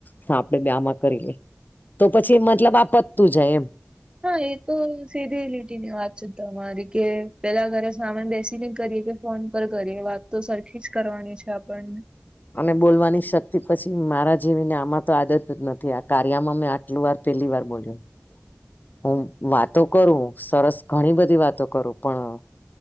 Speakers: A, on the left; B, on the right.
A: હા, આપડે બ્યામાં કરી લે, તો પછી મતલબ આ પત્તું જાય એમ.
B: હા, એ તો. સીધી લીટી ની વાત છે, તમારી કે પેલા ઘરે સામાન બેસી ન કરીએ કે, ફોન પર કરીએ વાત. તો સરખી જ કરવાની છે, આપણને
A: અને બોલવાની શક્તિ પછી મારા જેવીને, આમાં તો આદત જ નથી, આ કાર્યમાં મેં પટલું વાર પહેલી વાર બોલ્યો. હું વાતો કરું, સરસ ઘણી બધી વાતો કરું, પણ